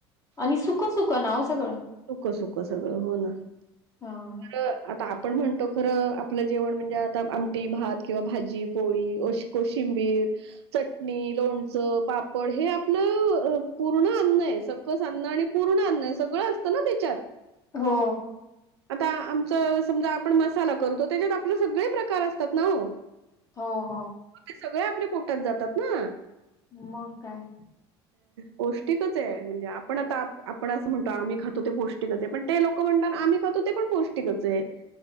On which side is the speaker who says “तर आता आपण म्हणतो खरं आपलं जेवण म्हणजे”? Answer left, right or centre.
Right